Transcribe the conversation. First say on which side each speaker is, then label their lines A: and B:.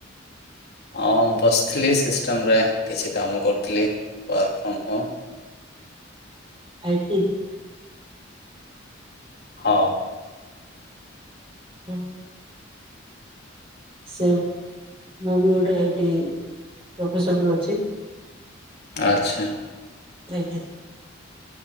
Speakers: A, on the left; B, on the right.
A: ଆଉ ବସିଥିଲି ସିଷ୍ଟମ ରେ କିଛି କାମ କରୁଥିଲି work from home-
B: I T?
A: ହଁ।
B: ଓହ। ସେ ମୁଁ ବି ଗୋଟେ ଆଇ ଟି ପ୍ରଫେସନ୍ ରେ ଅଛି।
A: ଆଚ୍ଛା।
B: ଆଜ୍ଞା